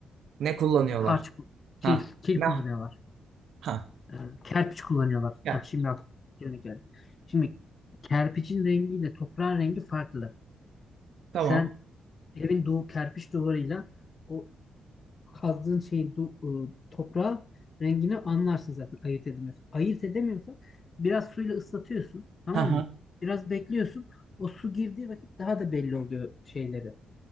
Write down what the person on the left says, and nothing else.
E, harç ku-
kil, kil
kullanıyorlar.
E, kerpiç kullanıyorlar.
Heh, şimdi aklıma geldi. Şimdi kerpiçin rengiyle toprağın rengi farklı.
Sen evin duvar kerpiç duvarıyla o kazdığın şeyin du, e, toprağı rengini anlarsın zaten ayırt edemiyorsun. Ayırt edemiyorsan biraz suyla ıslatıyorsun tamam
mı? Biraz bekliyorsun. O su girdiği vakit daha da belli oluyor şeyleri.